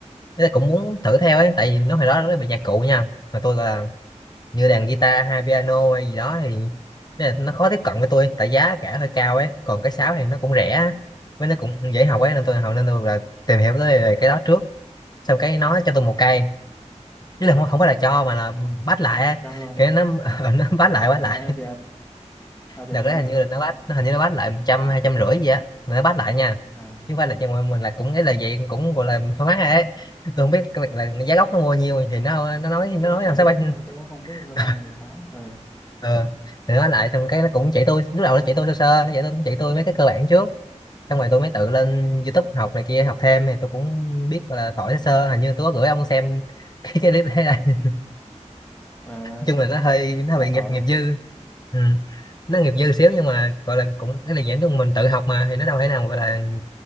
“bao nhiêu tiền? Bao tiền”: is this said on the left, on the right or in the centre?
Left